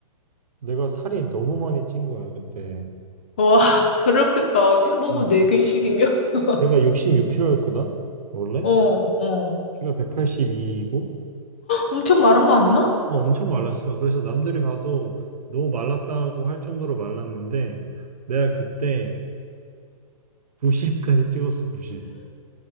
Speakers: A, on the right; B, on the left.
A: 내가 살이 너무 많이 찐 거야, 그때.
B: 와, 그렇겠다. 샘보고
A: 음.
B: 네개씩이면 <laughs>
A: 내가 66kg였거든, 원래?
B: 어, 어,
A: 키가 182이고
B: 엄청 마른 거 아니야?
A: 엄청 말랐어. 그래서 남들이 봐도 너무 말랐다고 할 정도로 말랐는데 내가 그때 90까지 찍었어, 90.